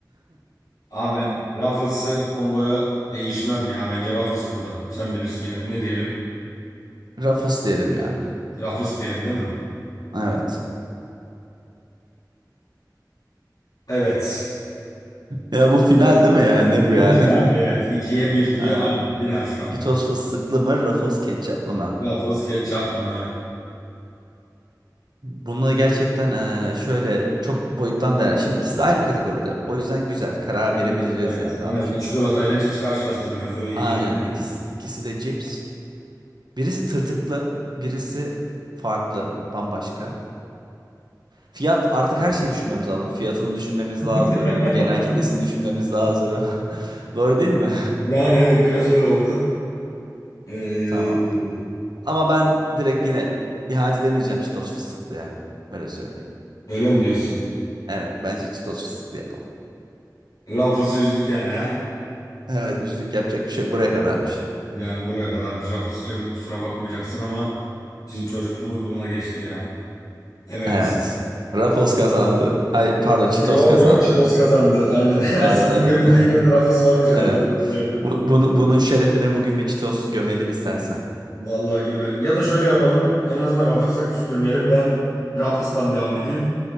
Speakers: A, on the left; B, on the right.
A: Ama ben Ruffles'ı komboya değişmem ya. Bence Ruffles burada. Sen bilirsin yine de ne diyelim?
B: Ruffles diyelim ya.
A: Ruffles diyelim değil mi?
B: Evet.
A: Evet.
B: Ya bu final değil mi yani? Ne bu
A: Bu
B: yani?
A: final
B: <laughs>
A: evet. ikiye bir diyor.
B: Ha,
A: Aynı final şu an.
B: Cheetos fıstıklı mı, Ruffles ketçaplı mı?
A: Ruffles ketçap mı?
B: Bunu gerçekten eee, şöyle çok boyuttan değerli. Şimdi ikisi de aynı kategoride. O yüzden güzel. Karar
A: Güzel.
B: verebileceğiz
A: Evet.
B: yani rahat
A: En azından
B: bir şekilde.
A: çikolatayla cips karşılaştırmıyoruz. O iyi
B: Aynen.
A: oldu.
B: İkisi, ikisi de cips. Birisi tırtıklı, birisi farklı, bambaşka. Fiyat artık her şeyi düşünmemiz lazım. Fiyatını düşünmemiz lazım.
A: <laughs>
B: Genel kitlesini düşünmemiz lazım. <laughs> Doğru değil mi?
A: Yani evet biraz öyle oldu. Ee,
B: <laughs> Tamam. Ama ben direkt yine ihanet edemeyeceğim Çitos fıstıklıya. Öyle söyleyeyim.
A: Öyle mi diyorsun?
B: Evet bence Çitos fıstıklı yapalım.
A: Rafız'ı üzdük yani he?
B: Evet üzüldük yapacak bir şey yok. Buraya kadarmış.
A: Yani buraya kadarmış Rafız'cığım kusura bakmayacaksın ama bizim çocukluğumuz bununla geçti ya. Evet.
B: Evet. Ruffles kazandı. Ay pardon Çitos
A: Yok
B: kazandı.
A: yok Çitos kazandı aynen. <laughs>
B: Pardon
A: Senin
B: evet.
A: gönlünde
B: <laughs>
A: yine de Rafız varmış herhalde
B: Evet.
A: bu yerlerde.
B: Bu, bunu, bunun şerefine bugün bir Çitos gömelim istersen.
A: Vallahi gömelim. Ya da şöyle yapalım en azından Rafız'la küstürmeyelim. Ben Rafız'tan devam edeyim.